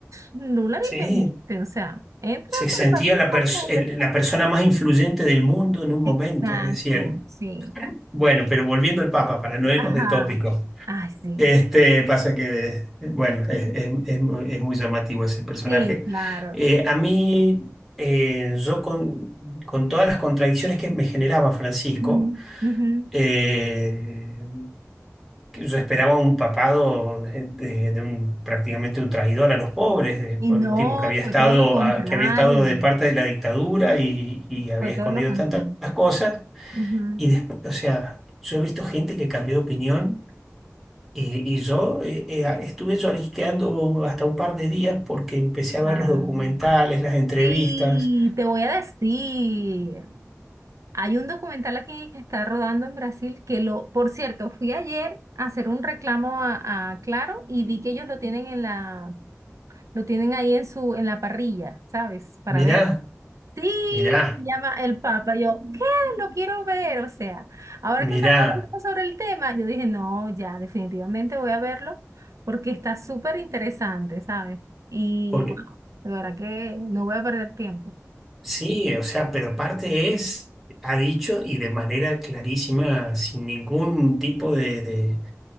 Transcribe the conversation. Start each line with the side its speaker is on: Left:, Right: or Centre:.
Right: No, Lula ni
Centre: sí.
Right: pendiente, o sea, entra
Centre: se
Right: a
Centre: sentía
Right: tu
Centre: la,
Right: país cuantas
Centre: pers- el-
Right: veces
Centre: la persona
Right: tú quieras.
Centre: más influyente del mundo en un
Right: Exacto,
Centre: momento, decía él.
Right: sí.
Centre: Bueno, pero volviendo al Papa, para no irnos
Right: Ajá,
Centre: de tópico,
Right: ay, sí,
Centre: este, pasa que, eh, bueno, es, es- es muy es muy llamativo ese personaje.
Right: sí, claro.
Centre: Eh, a mí, eh, yo con, con todas las contradicciones que me generaba Francisco,
Right: Ujú, ujú.
Centre: eh, que Yo esperaba un papado de, de- de un prácticamente un traidor a los pobres, de-
Right: Y
Centre: por
Right: no,
Centre: un tipo que había
Right: fue
Centre: estado,
Right: todo lo contrario,
Centre: a- que había estado de parte de la dictadura y, y había
Right: fue todo
Centre: escondido
Right: lo contrario.
Centre: tantas cosas.
Right: Ujú.
Centre: Y después, o sea, yo he visto gente que cambió de opinión y, y yo eh, eh, a- estuve lloriqueando hasta un par de días porque empecé a
Right: Ah,
Centre: ver los documentales, las entrevistas.
Right: sí, te voy a decir. Hay un documental aquí que está rodando en Brasil que lo, por cierto, fui ayer a hacer un reclamo a, a Claro y vi que ellos lo tienen en la, lo tienen ahí en su, en la parrilla, ¿sabes? Para
Centre: Mirá,
Right: ver. Sí,
Centre: mirá,
Right: se llama El Papa. Yo, ¿qué? Lo quiero ver. O sea, ahora
Centre: mirá.
Right: que estamos hablando sobre el tema, yo dije, no, ya, definitivamente voy a verlo porque está súper interesante, ¿sabes? Y
Centre: Porque
Right: bueno, de verdad que no voy a perder tiempo.
Centre: Sí, o sea, pero aparte es, ha dicho y de manera clarísima, sin ningún tipo de, de-